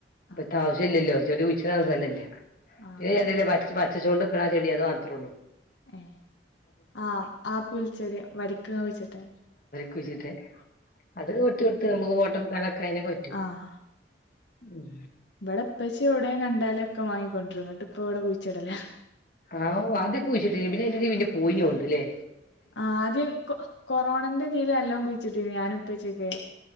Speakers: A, on the left; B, on the left.
A: ഇപ്പത്തെ
B: ആഹ്
A: ആവശ്യം ഇല്ലല്ലോ ചെടി കുയിച്ചിടാൻ സ്ഥല ഇല്ല
B: ആഹ്
A: ഈയ് അണ്ടിലെ പച് പച്ചച്ചോണ്ട്ക്ക്‌ണ ആ ചെടി അത് മാത്രേ ഉള്ളൂ
B: ഏ ആ ആ പുൽച്ചെടി വരിക്ക്ങ്ങെ കുയ്ച്ചിട്ടെ
A: കുയ്ച്ചിട്ട അത് ഒട്ട് എത്ത് വോട് <unintelligible> അയിനെക്ക് പറ്റും
B: ആഹ്
A: ഉം
B: ഇവിടെ എപ്പച്ചി എവിടെ കണ്ടാലും ക്കെ വാങ്ങിക്കൊണ്ടരും ങ്ങട്ട് പ്പ ഇവിടെ കുഴിച്ചടല
A: ആഓ ആദ്യെക്കെ കുയിച്ചിട്ടിഞ്ഞി പിന്നെഐന്റി ടേല് പിന്നെ പോയിഞ്ഞി ഒണ്ട്ലെ
B: ആ ആദ്യം കൊ കൊറോണന്റെ തീല് നല്ലോം കുഴിച്ചിട്ടിഞ്ഞി ഞാനു പ്പച്ചി ഒക്കെ